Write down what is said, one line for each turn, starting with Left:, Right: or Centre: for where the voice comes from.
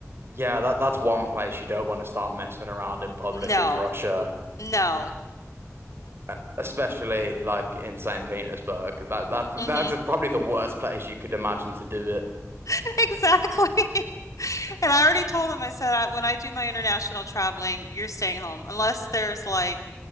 Right: Yeah, that that's one place you don't want to start messing around in public
Left: No,
Right: is Russia,
Left: no.
Right: e- especially like in St. Petersburg. That that
Left: hmm
Right: that's probably the worst place you could imagine to do it.
Left: <laughs> Exactly. <laughs> And I already told him, I said, I, when I do my international traveling, you're staying home unless there's like